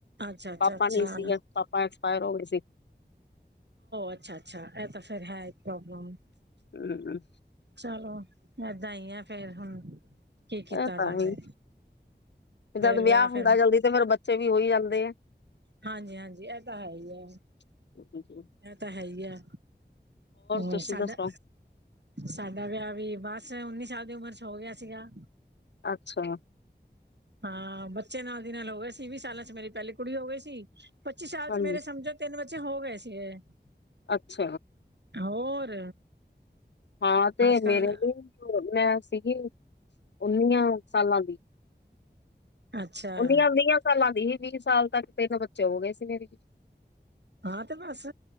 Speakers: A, on the right; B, on the left.
A: ਅੱਛਾ ਅੱਛਾ
B: ਪਾਪਾ
A: ਅੱਛਾ
B: ਨਹੀਂ ਸੀਗਾ ਪਾਪਾ ਐਕਸਪਾਇਰ ਹੋ ਗਏ ਸੀ
A: ਅੱਛਾ-ਅੱਛਾ ਇਹ ਤਾਂ ਫੇਿਰ ਹੈ ਪ੍ਰੋਬਲਮ
B: ਹਮਮ
A: ਚਲੋ ਏਦਾਂ ਹੀ ਆ ਫੇਰ ਹੁਣ ਕੀ
B: ਇਹ
A: ਕੀਤਾ
B: ਤਾਂ
A: ਜਾਵੇ
B: ਹੀ
A: ਫੇਰ
B: ਜਦ
A: ਵਿਆਹ
B: ਹੁੰਦਾ
A: ਫੇਿਰ
B: ਜਲਦੀ ਫੇਰ ਬੱਚੇ ਵੀ ਹੋਈ ਜਾਂਦੇ ਆ।
A: ਹਾਂਜੀ-ਹਾਂਜੀ ਇਹ ਤਾ ਹੈ ਈ ਐ।
B: <inaudible>
A: ਇਹ ਤਾ ਹੈ ਈ ਐ, ਹੋਰ
B: ਤੁਸੀਂ
A: ਸਾਡਾ
B: ਦੱਸੋ
A: ਸਾਡਾ ਵਿਆਹ ਵੀ ਬਸ ਉੱਨੀ ਸਾਲ ਦੀ ਉਮਰ ਚ ਹੋ ਗਿਆ ਸੀਗਾ
B: ਅੱਛਾ
A: ਹਾਂ ਬੱਚੇ ਨਾਲ ਦੀ ਨਾਲ ਹੋ ਗਏ ਸੀ ਵੀਹ ਸਾਲਾਂ ਚ ਮੇਰੀ ਪਹਿਲੀ ਕੁੜੀ ਹੋ ਗਈ ਸੀ ਪੱਚੀ ਸਾਲ
B: ਹਾਂਜੀ
A: ਚ ਮੇਰੇ ਸਮਝੋ ਤਿੰਨ ਬੱਚੇ ਹੋ ਗਏ ਸੀਗੇ
B: ਅੱਛ
A: ਹੋਰ?
B: ਹਾਂ ਤੇ
A: ਅੱਜ ਕੱਲ
B: ਮੇਰੇ ਲਈ ਮੈਂ ਸੀਗੀ, ਉਨੀਆਂ ਸਾਲਾਂ ਦੀ।
A: ਅੱਛਾ
B: ਉਨੀਆਂ ਵੀਹਾਂ ਸਾਲਾਂ ਦੀ ਹੀ ਵੀਹ ਸਾਲ ਤੱਕ ਤਿੰਨ ਬੱਚੇ ਹੋ ਗਏ ਸੀ ਮੇਰੀ ਵੀ
A: ਹਾਂ ਤੇ ਬਸ